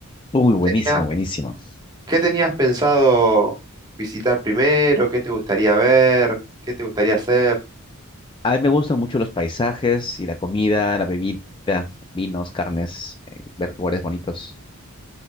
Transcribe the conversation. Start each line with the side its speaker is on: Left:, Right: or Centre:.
Left: Uy, buenísimo,
Right: Tenía-
Left: buenísimo.
Right: ¿Qué tenías pensado visitar primero? ¿Qué te gustaría ver? ¿Qué te gustaría hacer?
Left: A mí me gustan mucho los paisajes y la comida, la bebida, vinos, carnes, eh, ver lugares bonitos.